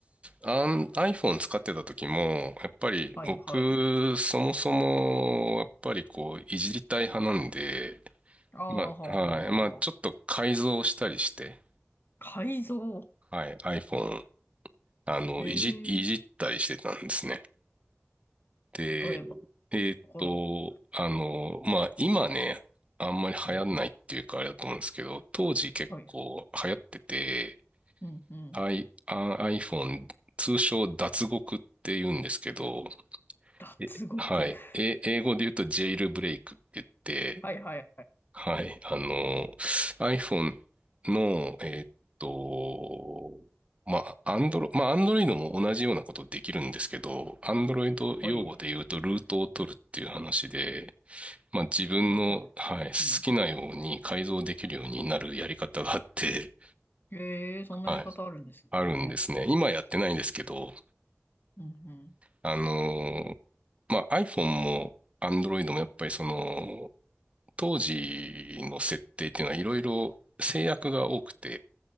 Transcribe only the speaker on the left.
はいはい。
ああ、
はあはあはあはあ。
改造。
へ
え。
例えば、
ところを。
うん。
はい。うんうん。
脱獄。
<laughs>
はいはい。
はい。
ルートを取る。
うんうん。
ええ、そんなやり方あるんですね。
初めて聞きましたね。
うんうん。